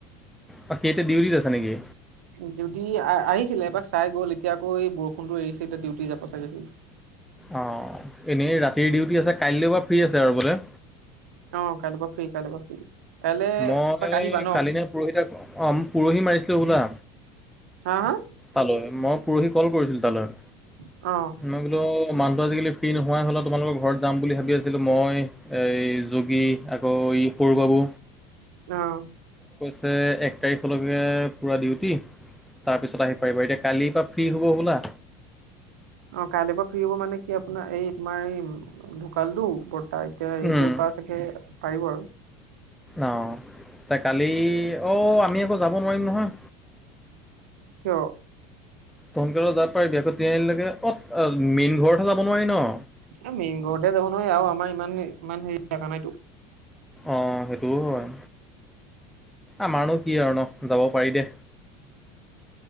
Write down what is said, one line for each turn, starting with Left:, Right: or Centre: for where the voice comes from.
Centre: বাকী, এতিয়া ডিউটিত আছা নেকি?
Right: ডিউটি আহ আহিছিলে, এপাক চাই গ'ল। এতিয়া আকৌ এই বৰষুণটো এৰিছে। এতিয়া ডিউটি যাব চাগে সি।
Centre: অ, এনেই ৰাতিৰ ডিউটি আছে, কাইলৈ পা ফ্ৰী আছে আৰু বোলে।
Right: অ, কাইলৈ পা ফ্ৰী, কাইলৈ পা ফ্ৰী। কাইলে
Centre: মই
Right: এপাক আহিবা ন
Centre: কালি নে পৰহি, তাক অ, পৰহি মাৰিছিলো হবলা।
Right: হা হা!
Centre: তালৈ, মই পৰহি কল কৰিছিলোঁ তালৈ।
Right: অ
Centre: মই বোলো, মানুহটো আজিকালি ফ্ৰী নোহোৱাই হ'লা। তোমালোকৰ ঘৰত যাম বুলি ভাবি আছিলোঁ। মই এই যোগী, আকৌ ই সৰু বাবু।
Right: অ
Centre: কৈছে, এক তাৰিখলৈকে পূৰা ডিউটি। তাৰপিছত আহিম। পাৰিব এতিয়া, কালিৰ পৰা ফ্ৰী হ'ব হবলা!
Right: অ, কাইলেপৰা ফ্ৰী হ'ব মানে কি? আপোনাৰ, এই তোমাৰ এই ঢুকালটো বৰ্তা এতিয়া, সেইটো
Centre: উম,
Right: <unintelligible> চাগে পাৰিব আৰু!
Centre: অ, ত কালি, অ আমি আকৌ যাব নোৱাৰিম নহয়!
Right: কিয়?
Centre: ত সোনকালে যাব পাৰি আকৌ, <unintelligible> অ মেইন ঘৰতহে যাব নোৱাৰি ন!
Right: এ মেইন ঘৰতে যাব নোৱাৰি আৰু আমাৰ ইমান ইমান হেৰি জাগা নাইতো।
Centre: অ, সেইটোও হয়। আমাৰনো কি আৰু ন! যাব পাৰি দে।